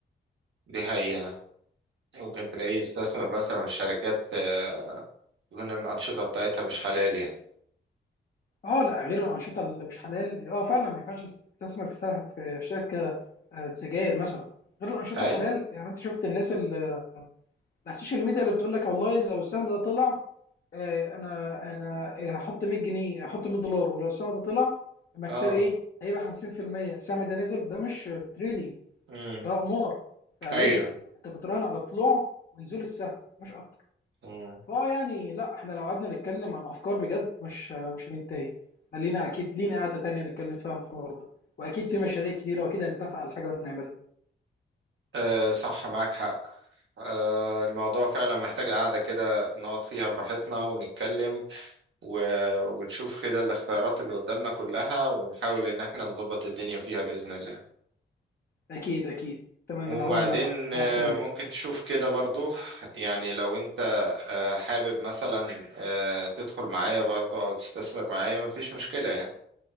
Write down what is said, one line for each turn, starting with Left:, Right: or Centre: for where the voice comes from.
Right: دي حقيقة ممكن تلاقيه يستثمر مثلا في شركات آه يكون الأنشطة بتاعتها مش حلال يعني
Left: اه لا غير الانشطه اللي مش حلال اه فعلا ما ينفعش تستثمر في سهم في شركه آه، سجاير مثلا غير الانشطه
Right: هاي
Left: الحلال يعني انت شفت الناس اللي على السوشيال ميديا اللي بتقول لك والله لو السهم ده طلع آه، انا انا هحط 100 جنيه هحط 100 دولار ولو السهم ده طلع مكسبي
Right: آه
Left: ايه هيبقى 50% السهم ده نزل ده مش تريدينج
Right: مم.
Left: ده قمار فعليا
Right: أيوة
Left: انت بتراهن على طلوع ونزول السهم مش اكتر
Right: مم.
Left: فاه يعني لا احنا لو قعدنا نتكلم عن افكار بجد مش مش هننتهي احنا لينا اكيد لينا قعده تانية نتكلم فيها عن الحوار ده واكيد في مشاريع كتيره واكيد هنتفق على حاجه ونعملها
Right: آه صح معاك حق آه، الموضوع فعلا محتاج قعدة كده نقعد فيها براحتنا ونتكلم و- ونشوف كده الاختيارات اللي قدامنا كلها ونحاول ان احنا نظبط الدنيا فيها بإذن الله
Left: اكيد اكيد تمام
Right: وبعدين
Left: انا هقوم انا بقى مع
Right: آه،
Left: السلامه
Right: ممكن تشوف كده برضو يعني لو انت آه، حابب مثلا آه، تدخل معايا برضو او تستثمر معايا مفيش مشكلة يعني